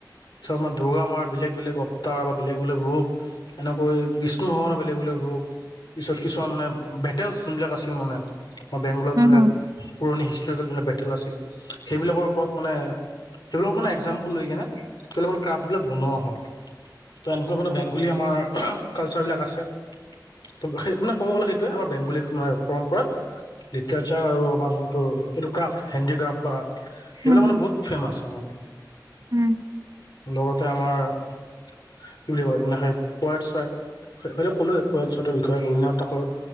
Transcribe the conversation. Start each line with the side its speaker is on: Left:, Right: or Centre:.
Left: ফটো। চ' আমাৰ দুৰ্গা মাৰ বেলেগ-বেলেগ অৱতাৰ বা বেলেগ-বেলেগ ৰূপ- এনেকৈ বিষ্ণু ভগৱানৰ বেলেগ-বেলেগ ৰূপ। পিছত কিছুমান মানে বেটেলছ যোনবিলাক আছিল মানে বেংগলত
Right: হুম
Left: যোনবিলাক- পুৰণি হিষ্টৰিবিলাক বেটেল আছিল, সেইবিলাকৰ ওপৰত মানে- সেইবিলাক মানে একজাম্পল লৈ কেনে মান ক্ৰাফবিলাক বনোৱা হয়। তো এনেকুৱা মানে বেংগলী আমাৰ কালচাৰবিলাক আছে। ত' সেই মানে ক'ব গ'লে সেইটোয়ে আৰু বেংগলী পৰম্পৰাত- লিটাৰচাৰ আৰু আমাৰ যোনটো এইটো ক্ৰাফ্ট, হেণ্ড ক্ৰাফ্ট বা- এইবিলাক
Right: হুম
Left: মানে বহুত ফেৰ্মাচ আমাৰ।
Right: হুম হুম
Left: লগতে আমাৰ কি বুলি কয় মানে সেই পট চোৱট- তেখেতক কলোৱে এই <inaudible> ৰবীন্দ্ৰনাথ ঠাকুৰ।